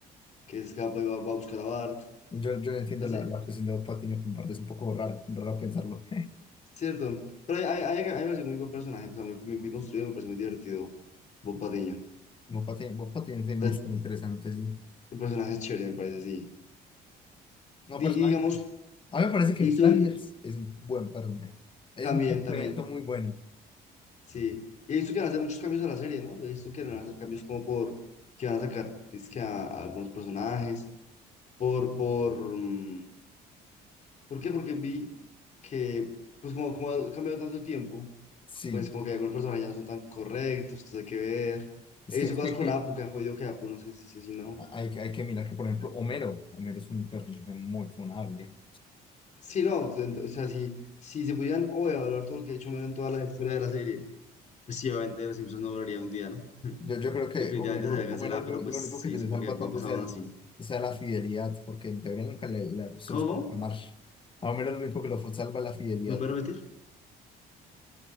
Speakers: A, on the left; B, on the left.
A: que se escapa y va, va a buscar a Bart.
B: Yo, yo no entiendo
A: ese
B: la, la obsesión de Bob Patiño con partes un poco raro raro pensarlo. <laughs>
A: Cierto, pero hay, hay, hay, hay me parece muy buen personaje, o sea, muy, muy bien construido, me parece muy divertido, Bob Patiño. O
B: Bob Patiño, Bob Patiño tiene
A: sea,
B: una historia interesante, sí.
A: el personaje es chévere, me parece, sí.
B: No,
A: Di-
B: personaje.
A: Y, digamos,
B: A mí me parece que
A: y estoy
B: Flanders es un buen personaje. Es
A: también,
B: un complemento
A: también,
B: muy bueno.
A: sí. Y he visto que van a hacer muchos cambios a la serie, ¿no? He visto que van a hacer cambios como por, que van a sacar, es que a, a algunos personajes, por, por, mm, ¿por qué? Porque vi que, pues como, como ha cambiado tanto el tiempo,
B: Sí.
A: pues como que algunos personajes ya no son tan correctos, entonces hay que ver.
B: Es
A: He
B: que,
A: visto cosas
B: es
A: con
B: que,
A: Apu, que han jodido que Apu, no sé si, si, si no.
B: hay, que hay que hay que mirar que, por ejemplo, Homero. Homero es un personaje muy funable.
A: Sí, no, ent- o sea, si, si se pudieran hoy evaluar todo lo que ha hecho Homero en toda la historia de la serie, pues sí, obviamente Los Simpsons no duraría un día, ¿no?
B: Yo, yo creo que
A: Definitivamente
B: Homero,
A: sería cancelada,
B: Homero lo,
A: pero
B: lo
A: pues
B: único
A: sí,
B: que se
A: supongo
B: le salva
A: que va
B: tal
A: a pasar
B: vez sea,
A: aún así.
B: sea la fidelidad, porque en teoría nunca le, le- se
A: ¿Cómo,
B: los puede
A: cómo?
B: amar. A Homero lo único que lo salva es la fidelidad.
A: ¿Me puede repetir?